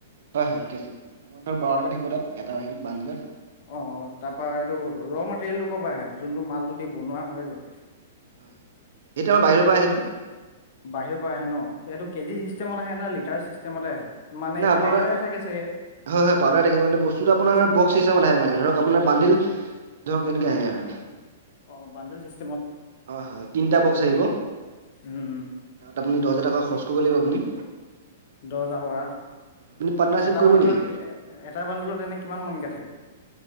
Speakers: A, on the right; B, on the left.
A: হয়, হয়, কেচ আপোনাৰ ধৰক বাৰটাকে থাকিব তাত এটা হেৰি বান্দলত
B: অ' অ' তাৰপৰাৰা এইটো ৰ মেটেৰিয়েলটো ক'ৰপৰা আহে যোনটো মালটো দি বনোৱা হয় যে।
A: হয়, এইটো আমাৰ বাহিৰৰ পৰা সেইটো।
B: বাহিৰ পৰা আহে ন এইটো কেজি চিষ্টেমত আহে নে লিটাৰ চিষ্টেমতে আহে। মানে এইটো
A: আপোনাৰ
B: পাউদাৰহে
A: হয়,
B: থাকে চাগে
A: হয়, পাউডাৰ থাকে বস্তুতো আপোনাৰ বকচ ত্ৰিচু বায়ে মানে ধৰ আপোনাৰ বান্ধিল ধৰক এনেকে আহে আৰু
B: অ' বান্দল চিষ্টেম।
A: হয়, হয়, তিনিটা বক্সচ আহিব
B: উম,
A: তাত মানে দহ হাজাৰ টকা খৰচ কৰিব লাগিব আপুনি।
B: দহ হাজাৰ টকা।
A: আপুনি পাৰ্টনাৰশ্বিপ
B: এটা
A: কৰিব
B: বান্দুলত
A: নেকি?
B: এটা বান্দুলত এনে কিমান মানকে থাকে।